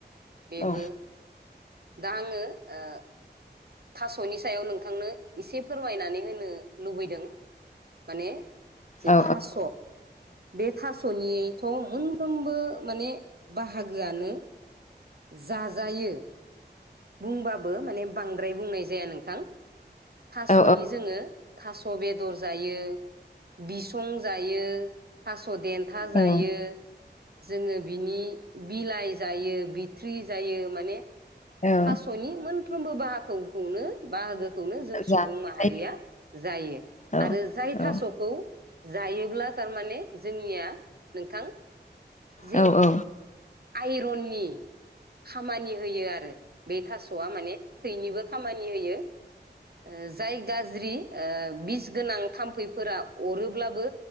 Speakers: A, on the right; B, on the left.
A: बेबो।
B: औ
A: दा आङो ओ थासनि सायाव नोंथांनो एसे फोरमायनानै होनो लुबैदों माने जे
B: औ
A: थास‌ बे थासनिथ मोनफ्रोमबो माने बाहागोआनो जा जायो। बुंबाबो माने बांद्राय बुंनाय जाया नोंथां। थासनि
B: औ
A: जोङो थास <unintelligible> बेदर जायो बिसं जायो थास देन्था जायो।
B: औ
A: जोङो बिनि बिलाइ जायो बिथ्रि जायो माने
B: औ
A: थासनि मोनफ्रोमबो बाहा खौ-खौनो बाहागो खौनो जों
B: जानाय
A: सुबुं माहारिया जायो
B: जायो
A: आरो जाय
B: औ
A: थासखौ जायोब्ला थारमाने जोंनिया नोंथां जे
B: औ औ
A: आइरननि। खामानि होयो आरो बे थासआ माने थैनिबो। खामानि होयो। ओ जाय गाज्रि। ओ बिस गोनां थाम्फैफोरा अरोब्लाबो